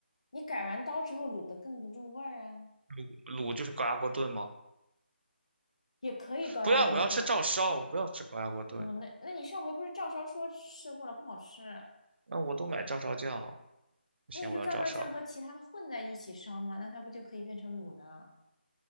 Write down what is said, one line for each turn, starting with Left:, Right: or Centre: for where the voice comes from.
Left: 你改完刀之后卤的更不入味儿啊，
Right: 卤卤就是高压锅炖吗？
Left: 也可以高压锅炖。
Right: 不要，我要吃照烧，不要吃高压锅炖。
Left: 嗯，那那你上回不是照烧说吃过了不好吃，
Right: 那我都买照烧酱了，不行，
Left: 那你就照烧酱和其他的混在一起烧嘛，
Right: 我要照烧。
Left: 那它不就可以变成卤的了？